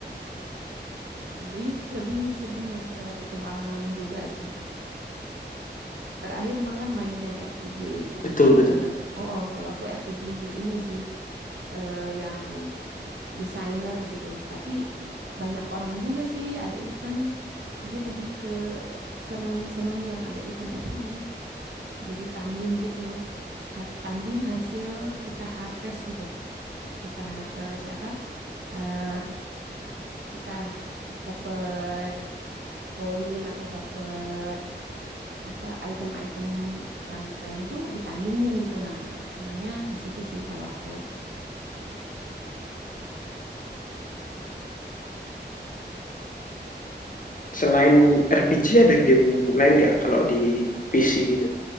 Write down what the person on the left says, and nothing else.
Betul, betul.
Selain RPG ada game lain nggak kalau di PC gitu?